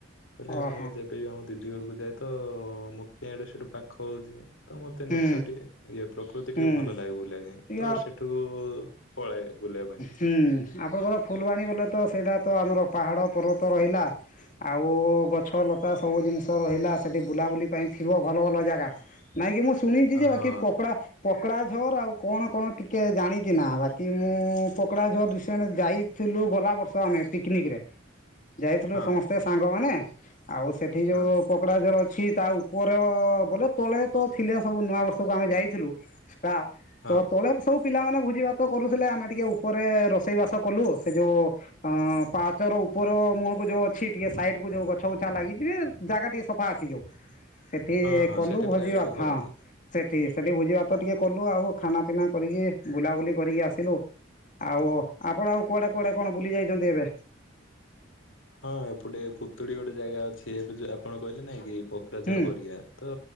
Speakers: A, on the left; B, on the left.
A: ବଲେ
B: ଓହୋ
A: ମୁଁ ଯେ ଏବେ ଆମ ଦିଦି ଘରକୁ ଯାଏ ତ ମୁ ପଆଡେ ସେଇଠୁ ପାଖ ହଉଛି ତ ମତେ
B: ହୁଁ
A: ନେଚର ଟିକେ ଇଏ ପ୍ରକୃତି ଟିକେ
B: ହୁଁ
A: ଭଲ ଲାଗେ ବୁଲିବା ପାଇଁ
B: ଇଏ
A: ତ ସେଠୁକୁ ପଳାଳେ ବୁଲିବା ପାଇଁ।
B: ହୁ ଆପଣଙ୍କର ଫୁଲବାଣୀ ବୋଲେ ତ ସେଇଟା ତ ଆମର ପାହାଡ଼ ପର୍ବତ ରହିଲା। ଆଉ ଗଛ ଲତା ସବୁ ଜିନିଷ ରହିଲା ସେଠି ବୁଲାବୁଲି ପାଇଁ ଥିବ ଭଲ ଭଲ ଜାଗା। ନାଇଁ କି ମୁଁ ଶୁଣିଛି ଯେ
A: ହଁ
B: ବାକି ପକଡା ପକଡ଼ା ଝର ଆଉ କଣ କଣ ଟିକିଏ ଜାଣିଛି ନା ବାକି ମୁଁ ପକଡ଼ା ଝର ରିସେଣ୍ଟ ଯାଇ ଥିଲୁ ଗଲା ବର୍ଷ ଆମେ ପିକନିକରେ। ଯାଇଥିଲୁ
A: ହଁ
B: ସମସ୍ତେ ସାଙ୍ଗମାନେ ଆଉ ସେଠି ଯୋଉ
A: ହଁ
B: ପକଡ଼ା ଝର ଅଛି ତା ଉପରେ ବୋଲେ ତଳେ ତ ଥିଲେ ସବୁ ନୂଆ ବର୍ଷକୁ ଆମେ ଯାଇଥିଲୁ ତା
A: ହଁ
B: ତ ତଳେ ସବୁ ପିଲାମାନେ ଭୋଜି ଭାତ କରୁଥିଲେ ଆମେ ଟିକେ ଉପରେ ରୋଷେଇବାସ କଲୁ ସେ ଯେଉଁ ଅଁ ପାଚ ର ଉପର ମୁହଁକୁ ଯୋଉ ଅଛି ଟିକେ ସାଇଡ କୁ ଯୋଉ ଗଛ ଗୁଛା ଲାଗିଛିିବେ ଜାଗା ଟିକେ ସ ଅଛି ଯୋଉ ସେଠି
A: ହଁ ହଁ
B: କଲୁ
A: ସେଇଠି
B: ଭଜିବାକୁ
A: ପ୍ରାୟ ଲୋକ କରନ୍ତି।
B: ସେଠି ସେଠି ଭୋଜି ଭାତ ଟିକେ କଲୁ ଆଉ ଖାନା ପିନା କରିକି ବୁଲାବୁଲି କରିକି ଆସିଲୁ। ଆଉ ଆପଣ ଆଉ କୁଆଡେ କୁଆଡେ କଣ ବୁଲି ଯାଇଛନ୍ତି ଏବେ?
A: ହଁ ଏପଟେ ପୁତୁଳି ଗୋଟେ ଜାଗା ଅଛି ଏବେ ଆପଣ କହିଲେ ନାଇଁ କି <unintelligible>
B: ହୁଁ
A: କରିବା ତ